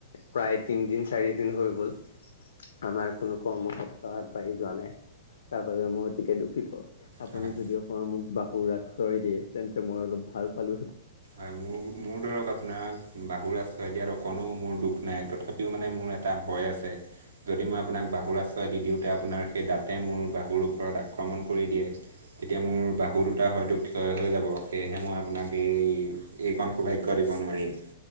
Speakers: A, on the left (about 80°); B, on the right (about 85°).
A: প্ৰায় তিনদিন চাৰি দিন হৈ গল আমাৰ কোনো কৰ্মক্ষেত্ৰ আগবাঢ়ি যোৱা নাই। তাৰ বাবে মই অতিকে দুখিত আপুনি
B: হয়।
A: যদি অক মোক বাহু ৰাস চয় দিয়ে তেন্তে মই অলপ ভাল পালোহেঁতেন।
B: আৰু <unintelligible> মোৰ ধৰক আপোনাক বাহু আশ্ৰয় দিয়াত অকণো মোৰ দুখ নাই তথাপিও মানে মোৰ এটা ভয় আছে। যদি মই আপোনাক বাহুৰ আশ্ৰয় দি দিওঁতে আপোনাৰ সেই দাঁতে মোৰ বাহুৰ ওপৰত আক্ৰমণ কৰি দিয়ে। তেতিয়া মোৰ বাহু দুটা হয়তো ক্ষয় হৈ যাব সেয়েহে মই আপোনাক এই এইকণ সৌভাগ্য দিব নোৱাৰিম।